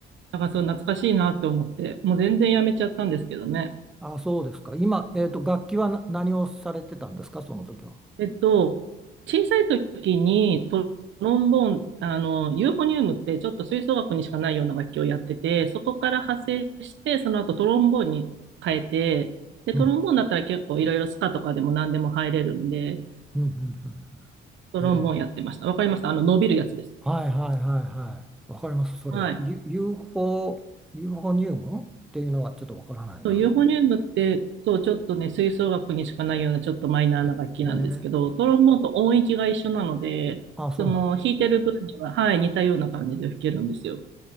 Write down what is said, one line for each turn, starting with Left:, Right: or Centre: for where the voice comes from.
Right: なんかそう懐かしいなって思って、もう全然やめちゃったんですけどね。
Centre: あ、そうですか。今、えっと、楽器はな何をされてたんですか、その時は。
Right: えっと、小さい時にトロンボーン、あの、ユーフォニウムってちょっと吹奏楽にしかないような楽器をやってて、そこから派生して、その後トロンボーンに変えて、で、
Centre: うん、
Right: トロンボーンだったら結構いろいろスカとかでも何でも入れるんで、
Centre: うん、うん、うんうんへえ、
Right: トロンボーンやってました。わかりました。あの、伸びるやつです。
Centre: はいはいはいはい。わかります、それは。
Right: はい。
Centre: ユ UFO、ユーフォニウムっていうのはちょっとわからないなと。
Right: そう、ユーフォニウムって、そう、ちょっとね、吹奏楽にしかないようなちょっとマイナーな楽器なんですけど、
Centre: へえ、
Right: トロンボーンと音域が一緒なので、
Centre: あ、そうなんだ
Right: その弾いてる分には、はい、似たような感じで吹けるんですよ。